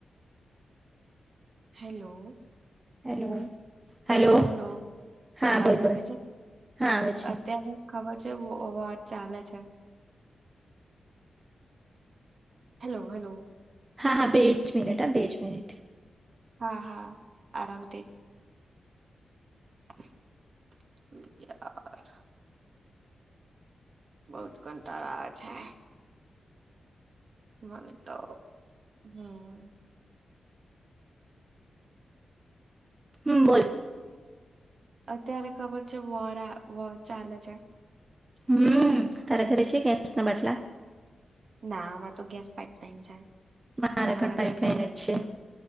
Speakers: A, on the right (about 55°); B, on the right (about 20°).
A: હેલો
B: હેલો હેલો
A: હલો
B: હા
A: અવાજ
B: બોલ બોલ,
A: આવે છે
B: હા આવે છે.
A: અત્યારે ખબર છે વોંર ચાલે છે. હેલો હલો
B: હા હા બે જ મિનિટ હો, બે જ મિનિટ
A: હા હા આરામથી <inaudible> બહુ જ કંટાળો આવે છે. મને તો હમ
B: હમ બોલ
A: અત્યારે ખબર છે વોરા વોંર ચાલે છે.
B: હમ તારા ઘરે છે ગેસ ના બાટલા?
A: ના અમારે તો ગેસ પાઇપલાઇન છે.
B: મારે
A: તમારા
B: પણ પાઇપલાઇન
A: ઘરે?
B: જ છે